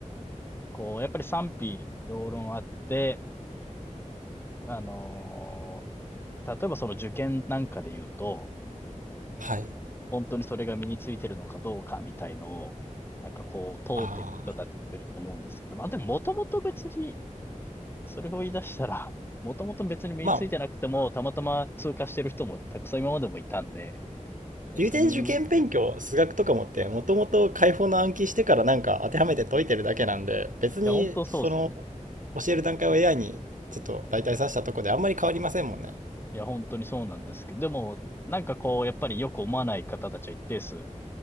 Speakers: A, on the left (about 15°); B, on the right (about 80°).
A: こう、やっぱり賛否両論あって、あのー例えばその受験なんかで言うと、
B: はい。
A: 本当にそれが身についてるのかどうかみたいのを、なんかこう、問うてる人たちもいると思うんですけど、
B: ああ。
A: まあでももともと別に、それを言い出したら、もともと別に身についてなくても、
B: まあ、
A: たまたま通過してる人もたくさん今までもいたんで、別に、
B: 有点受験勉強、
A: い
B: 数学とかもって、もともと解放の暗記してからなんか当てはめて解いてるだけなんで、別にその
A: や、本当そうですよね。
B: 教える段階を AI にちょっと代替させたとこであんまり変わりませんもんね。
A: いや、本当にそうなんですけど、でも、なんかこう、やっぱりよく思わない方たちは一定数